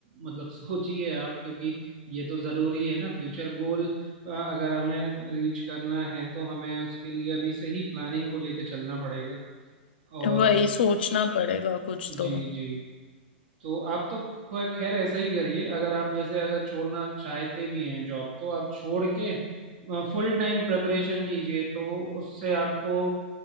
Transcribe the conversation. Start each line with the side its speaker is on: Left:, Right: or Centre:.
Right: मतलब सोचिए आप क्योंकि ये तो जरूरी है ना फ्यूचर गोल अगर हमें रीच करना है तो हमें उसके लिए अभी से ही प्लानिंग को लेके चलना पड़ेगा और
Left: वही सोचना पड़ेगा कुछ तो
Right: जी जी तो आप तो ख- खैर ऐसा ही करिए अगर आप जैसे अगर छोड़ना चाहते भी हैं जॉब तो आप छोड़ के फुल टाइम प्रिपरेशन कीजिए तो उससे आपको